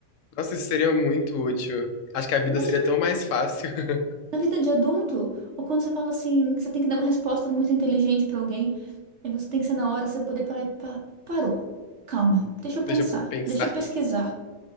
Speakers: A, on the left; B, on the right.
A: Nossa, isso seria muito útil. Acho que a vida
B: Imagina,
A: seria tão mais fácil. <laughs>
B: na vida de adulto, ou quando você fala assim, que você tem que dar uma resposta muito inteligente pra alguém, aí você tem que ser na hora, você poder parar e falar, parou. Calma, deixa eu pensar,
A: Deixa eu pensar.
B: deixa eu pesquisar.